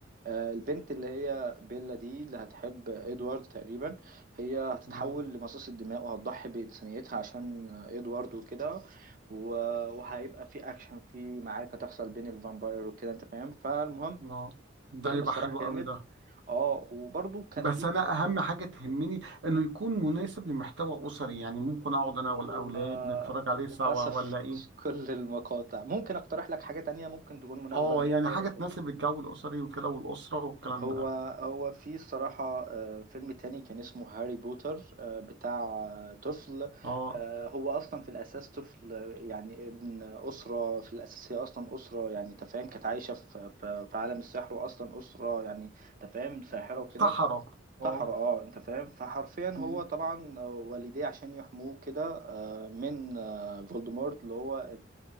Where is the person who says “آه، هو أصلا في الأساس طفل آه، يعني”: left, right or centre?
Right